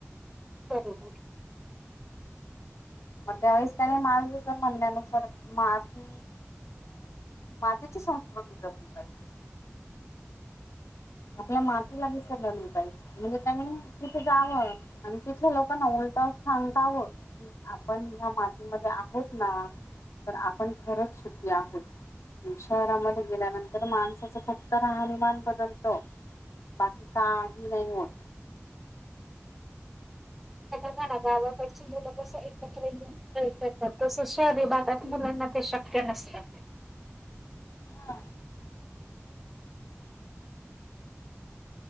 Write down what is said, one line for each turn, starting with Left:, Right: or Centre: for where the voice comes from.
Centre: बरोबर
Left: मग त्यावेेळेस त्याने माझं तर म्हनण्या-नुसार माती मातीची संस्कृती जपली पाहिजे. आपल्या मातीला विसरला नाही पाहिजे. म्हणजे त्यांनी तिथे जावं आणि तिथल्या लोकांना उलट सांगतावं. आपण ह्या मातीमध्ये आहोत ना तर आ पण खरच सुखी आहोत. शहरामध्ये गेल्यानंतर माणसाचं फक्त राहणीमान बदल त बाकी काही नाही होत.
Centre: त्यां बघा ना गावाकडची मुलं कसं एकत्र यून खेळतात तस शहरी भागात मुलांना ते शक्य नसतं.
Left: हा.